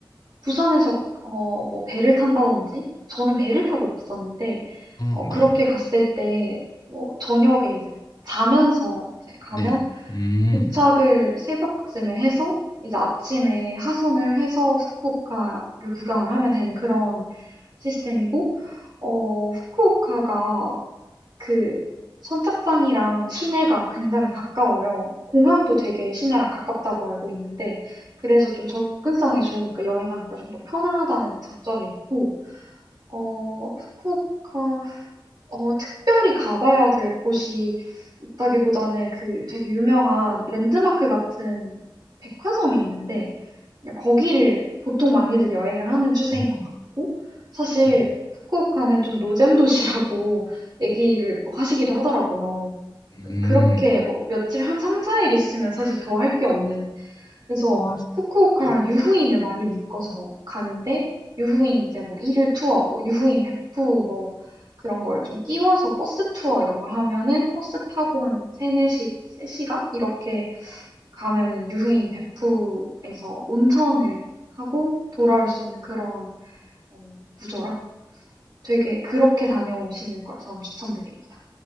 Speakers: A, on the right; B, on the left.
A: 부산에서 어, 뭐 배를 탄다든지 저는 배를 타고 갔었는데
B: 어,
A: 어, 그렇게
B: 네.
A: 갔을 때 뭐 저녁에 이제 자면서 이제 가면
B: 네. 음.
A: 도착을 새벽쯤에 해서 이제 아침에 하선을 해서 후쿠오카를 구경을 하면 되는 그런 시스템이고, 어, 후쿠오카가 그 선착장이랑 시내가 굉장히 가까워요. 공항도 되게 시내랑 가깝다고 알고 있는데, 그래서 좀 접근성이 좋으니까 여행하기가 좀 더 편하다는 장점이 있고, 어, 후쿠오카 어, 특별히 가봐야 될 곳이 있다기보다는 그 되게 유명한 랜드마크 같은 백화점이 있는데 그냥 거기를 보통 많이들 여행을 하는 추세인 것
B: 음.
A: 같고 사실
B: 네.
A: 후쿠오카는 좀 노잼 도시라고 <laughs> 얘기를 또 하시기도 하더라고요.
B: 음.
A: 그렇게 뭐 며칠 한 3, 4일 있으면 사실 더 할 게 없는 그래서
B: 어,
A: 후쿠오카랑
B: 네.
A: 유후인을 많이 묶어서 가는데 유후인 이제 뭐 일일 투어, 뭐 유후인 베프 뭐 그런 걸 좀 끼워서 버스 투어 이런 걸 하면은 버스 타고 한 3, 네시 세 시간 이렇게 가면은 유후인 베프에서 온천을 하고 돌아올 수 있는 그런 어, 구조라 되게 그렇게 다녀오시는 걸 저는 추천드립니다.